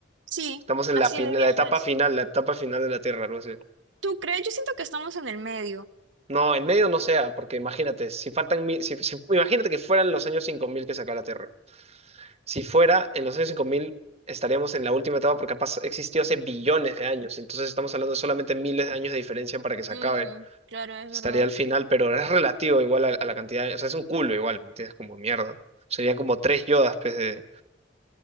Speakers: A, on the right; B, on the right.
A: Sí,
B: Estamos en
A: así
B: la, fin-
A: de
B: la
A: vieja
B: etapa
A: es.
B: final, la etapa final de la Tierra, algo así.
A: ¿Tú crees? Yo siento que estamos en el medio.
B: No, en medio no sea, porque imagínate, si faltan, mi- si, si- imagínate que fueran los años 5000 que saca la Tierra. Si fuera en los años 5000 estaríamos en la última etapa porque ha pas- existió hace billones de años. Entonces estamos hablando de solamente miles de años de diferencia para que se
A: Mm,
B: acabe.
A: claro, es
B: Estaría
A: verdad.
B: al final, pero es relativo igual a, a la cantidad de- O sea, es un culo igual, ¿me entiendes? Como mierda. Serían como tres yodas, pues, de,